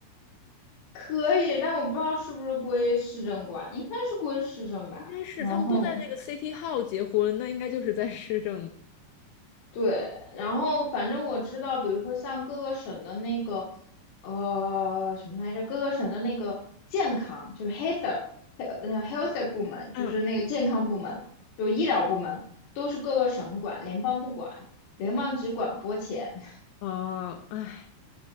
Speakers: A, on the left; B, on the left.
A: 可以，但我不知道是不是归市政管，应该是归市政吧。
B: 应该是他们都在那个
A: 然后
B: City Hall 结婚，那应该就是在市政。
A: 对，然后反正我知道，比如说像各个省的那个呃什么来着，各个省的那个健康就是 health 呃那个 health 部门，就是那个健康部门，
B: 嗯，
A: 就是医疗部门，都是各个省管，联邦不管，联邦只管拨钱。<laughs>
B: 哦，唉，